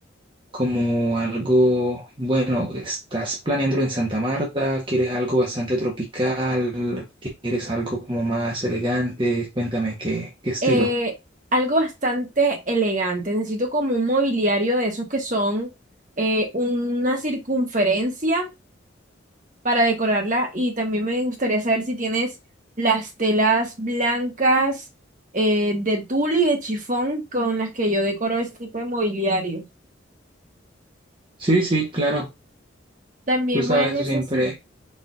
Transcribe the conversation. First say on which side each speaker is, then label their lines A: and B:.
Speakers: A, on the right; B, on the right.
A: como algo, bueno, estás planeándolo en Santa Marta, quieres algo bastante tropical, quieres algo como más elegante, cuéntame qué, qué estilo.
B: eh, algo bastante elegante. Necesito como un mobiliario de esos que son eh, una circunferencia para decorarla y también me gustaría saber si tienes las telas blancas eh, de tul y de chifón con las que yo decoro este tipo de mobiliario.
A: Sí, sí, claro,
B: También
A: tú sabes
B: voy a necesitar,
A: eso siempre.